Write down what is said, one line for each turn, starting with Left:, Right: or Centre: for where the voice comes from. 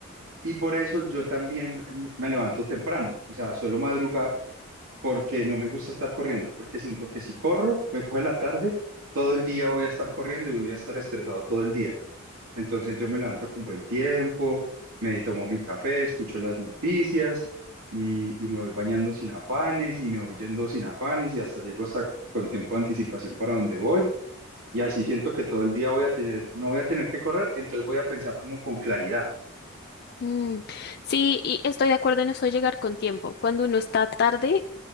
Right: y por eso yo también m- me levanto temprano, o sea, suelo madrugar porque no me gusta estar corriendo, porque siento que si corro, me coge la tarde, todo el día voy a estar corriendo y voy a estar estresado todo el día. Entonces yo me levanto con buen tiempo, me tomo mi café, escucho las noticias y, y me voy bañando sin afanes y me voy yendo sin afanes y hasta llego hasta con tiempo de anticipación para donde voy. Y así siento que todo el día voy a tener, no voy a tener que correr, entonces voy a pensar como con claridad.
Left: Mm. Sí, y estoy de acuerdo en eso de llegar con tiempo. Cuando uno está tarde,